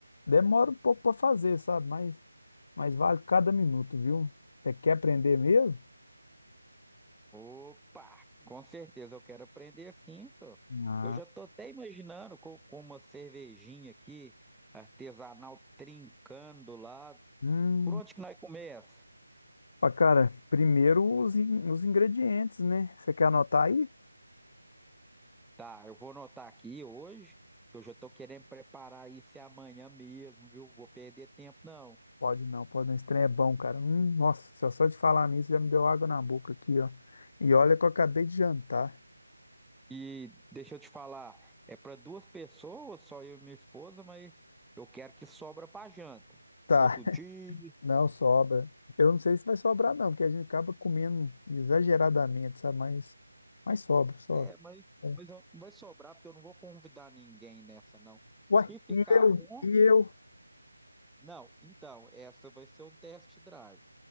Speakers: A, on the left; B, in the centre.
A: Demora um pouco para fazer, sabe? Mas, mas vale cada minuto, viu? Você quer aprender mesmo?
B: Opa! Com certeza eu quero aprender sim, senhor.
A: Ah.
B: Eu já tô até imaginando com, com uma cervejinha aqui, artesanal, trincando do lado.
A: Hum.
B: Por onde que nós começa?
A: Pá, cara, primeiro os, in- os ingredientes, né? Você quer anotar aí?
B: Tá, eu vou anotar aqui hoje, que eu já tô querendo preparar isso é amanhã mesmo, viu? Vou perder tempo, não.
A: Pode não, pode não. Esse trem é bom, cara. Hum, nossa, só, só de falar nisso já me deu água na boca aqui, ó. E olha que eu acabei de jantar. <laughs>
B: E deixa eu te falar, é para duas pessoas, só eu e minha esposa, mas eu quero que sobra para janta.
A: Tá,
B: Outro dia,
A: não sobra. Eu não sei se vai sobrar, não, porque a gente acaba comendo exageradamente, sabe? Mas, mas sobra, sobra.
B: é, mas,
A: É.
B: mas eu- vai sobrar, porque eu não vou convidar ninguém nessa, não. Se
A: Ué,
B: ficar
A: e eu?
B: bom,
A: E eu?
B: não, então, essa vai ser um test drive.